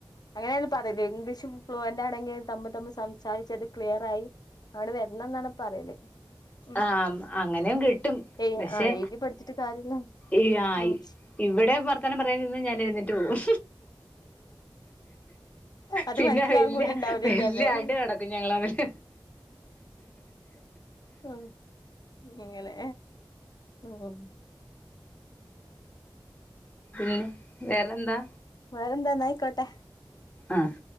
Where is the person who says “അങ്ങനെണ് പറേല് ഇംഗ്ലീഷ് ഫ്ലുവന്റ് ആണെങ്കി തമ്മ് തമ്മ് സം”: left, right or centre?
Left